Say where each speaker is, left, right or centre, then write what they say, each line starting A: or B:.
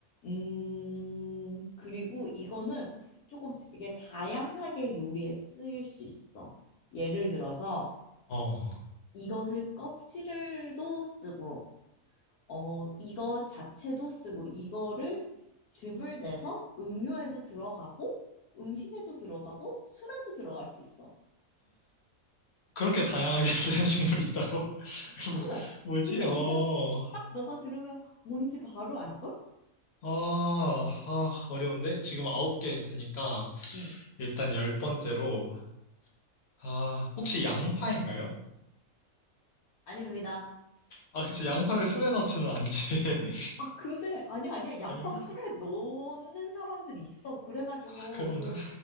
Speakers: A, on the left (about 75°); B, on the left (about 55°).
A: 음, 그리고 이거는 조금 되게 다양하게 요리에 쓰일 수 있어. 예를 들어서
B: 어.
A: 이것을 껍질을도 쓰고 어, 이거 자체도 쓰고 이거를 즙을 내서 음료에도 들어가고 음식에도 들어가고 술에도 들어갈 수 있어.
B: 그렇게 다양하게 <laughs> 쓰는 식물이 있다고? <laughs>
A: 어.
B: 뭐, 지
A: 근데
B: 어.
A: 이거 딱 너가 들으면 뭔지 바로 알걸?
B: 아, 아, 어려운데? 지금 아홉 개 했으니까,
A: 응.
B: 일단 열 번째로, 아, 혹시 양파인가요?
A: 아닙니다.
B: 아, 그치, 양파를 술에
A: 음.
B: 넣지는 않지. <laughs>
A: 아, 근데, 아니야, 아니야. 양파
B: 아닌가?
A: 술에 넣는 사람들 있어. 그래가지고,
B: 아, 그런가?
A: 그,